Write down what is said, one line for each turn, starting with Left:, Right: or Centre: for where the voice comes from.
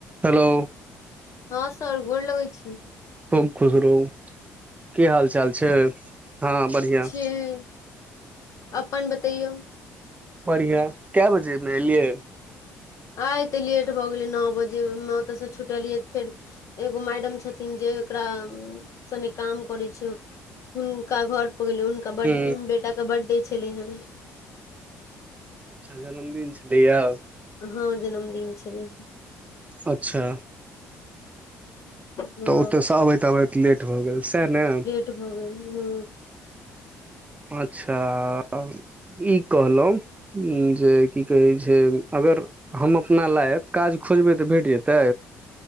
Right: हलो
Left: हँ सर गोर लगै छी
Right: खूब खुश रहु की हाल चाल छै हँ बढ़िआँ
Left: हूँ अपन बतैयौ
Right: बढ़िया कै बजे में एलियै
Left: आइ त लेट भऽ गेलै नओ बजे में ओतयसँ छुटलियैऽ फेर एगो मैडम छथिन जे एकरा सने काम करै छै हुनका घरपर गेलै हुनका ब
Right: ह
Left: बेटाके बर्थडे छलै हेन
Right: अच्छा जनमदिन छलैया
Left: हँ जन्मदिन छल
Right: अच्छा
Left: हँ
Right: तऽ ओतयसँ अबैत बैत लेट भऽ गेल सएह न
Left: तऽभ गेल हू
Right: अच्छा इ कहलहुँ उ जे की कहै छै अगर हम अपना लायक काज खोजबै तऽ भेट जेतै